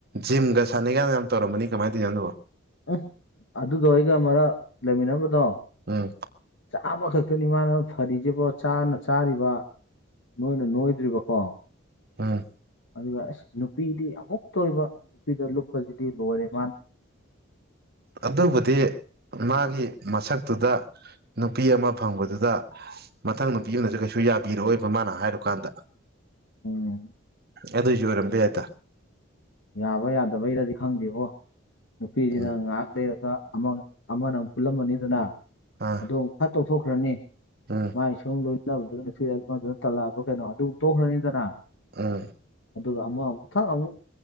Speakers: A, on the right; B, on the left.
A: ꯖꯤꯝꯒ ꯁꯥꯟꯅꯩ ꯒꯥꯟ ꯌꯥꯝ ꯇꯧꯔꯝꯃꯅꯤ ꯀꯃꯥꯏꯅ ꯇꯧꯏꯅꯣ ꯑꯗꯨꯕꯣ
B: ꯎꯝ ꯑꯗꯨꯗꯣ ꯑꯩꯒ ꯃꯔꯛ ꯂꯩꯃꯤꯟꯅꯔꯝꯕꯗꯣ
A: ꯎꯝ
B: ꯆꯥꯕ ꯈꯛꯇꯅꯤ ꯃꯥꯅ ꯐꯔꯤꯁꯤꯕꯣ ꯆꯥꯅ ꯆꯥꯔꯤꯕ ꯅꯣꯏꯅ ꯅꯣꯏꯗ꯭ꯔꯤꯕꯀꯣ
A: ꯑꯥ
B: ꯑꯗꯨꯒ ꯑꯁ ꯅꯨꯄꯤꯗꯤ ꯑꯃꯨꯛ ꯇꯣꯏꯕ ꯅꯨꯄꯤꯗ ꯂꯨꯞꯄꯁꯤꯗꯤ ꯂꯣꯏꯔꯦ ꯃꯥꯅ
A: ꯑꯗꯨꯕꯨꯗꯤ ꯃꯥꯒꯤ ꯃꯁꯛꯇꯨꯗ ꯅꯨꯄꯤ ꯑꯃ ꯐꯪꯕꯗꯨꯗ ꯃꯊꯪ ꯅꯨꯄꯤ ꯑꯃꯅꯁꯨ ꯀꯩꯁꯨ ꯌꯥꯕꯤꯔꯛꯑꯣꯏꯕ ꯃꯥꯅ ꯍꯥꯏꯔꯨꯀꯥꯟꯗ
B: ꯎꯝ
A: ꯑꯗꯨꯏ ꯁꯨ ꯑꯣꯢꯔꯝ ꯕꯥ ꯌꯥꯏꯗ
B: ꯌꯥꯕ ꯌꯥꯗꯕꯩꯔꯗꯤ ꯈꯪꯗꯦꯕꯣ ꯅꯨꯄꯤꯁꯤꯅ
A: ꯎꯝ
B: ꯉꯥꯏꯍꯥꯛ ꯂꯩꯔꯒ ꯑꯃꯅ ꯑꯃꯨꯛ ꯄꯨꯜꯂꯝꯃꯅꯤꯗꯅ
A: ꯑꯥ
B: ꯑꯗꯨꯒ ꯐꯠ ꯇꯣꯛꯊꯣꯛꯈ꯭ꯔꯅꯤ
A: ꯎꯝ
B: ꯃꯥꯏ ꯁꯨꯝ ꯂꯣꯏꯅꯕꯗꯨꯅ ꯅꯨꯄꯤ ꯑꯃꯥꯗꯨꯅ ꯇꯜꯂꯛꯑꯕ ꯀꯩꯅꯣ ꯑꯗꯨ ꯇꯣꯛꯈ꯭ꯔꯅꯤꯗꯅ
A: ꯑꯥ
B: ꯑꯗꯨꯒ ꯑꯃꯥ ꯑꯃꯨꯛ ꯊꯛ ꯑꯃꯨꯛ